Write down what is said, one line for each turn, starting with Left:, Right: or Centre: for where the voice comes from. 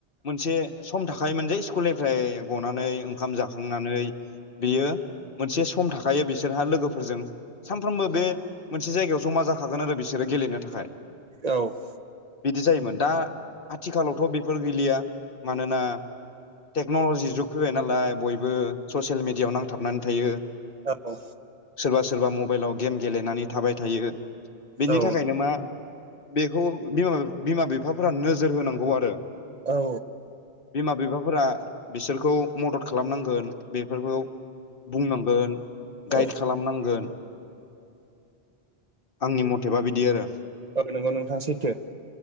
Left: मोनसे सम था आखाइ मोनजायै स्कुलनिफ्राय गनानै ओंखाम जाखांनानै बियो मोनसे सम थाखायो बिसोरहा लोगोफोरजों सानफ्रोमबो बे मोनसे जायगायाव जमा जाखागोन आरो बिसोरो गेलेनो थाखाय।
Right: औ।
Left: बिदि जायोमोन दा आथिखालावथ' बेफोर गैलिया मानोना टेक्नलजि जुग फैबाय नालाय बयबो ससियेल मिडियाआव नांथाबनानै थायो।
Right: ओहो औ
Left: सोरबा सोरबा मबाइलाव गेम गेलेनानै थाबाय थायो। बिनि
Right: औ
Left: थाखायनो मा बेखौ बिमा बिमा बिफाफोरा नोजोर होनांगौ आरो।
Right: औ।
Left: बिमा बिफाफोरा बिसोरखौ मदद खालामनांगोन। बेफोरखौ बुंनांगोन
Right: औ
Left: गाइड खालामनांगोन। आंनि मथेबा बिदि आरो।
Right: औ नोंगौ नोंथां सैथो।